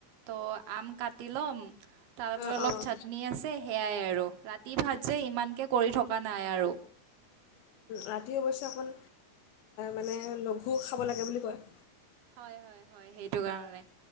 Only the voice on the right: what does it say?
ত' আম কাটি ল'ম তাৰপ
অলপ
চাটনি আছে সেয়াই আৰু ৰাতি ভাত যে ইমানকে কৰি থকা নাই আৰু
হয় হয় হয় সেই এইটো কাৰনে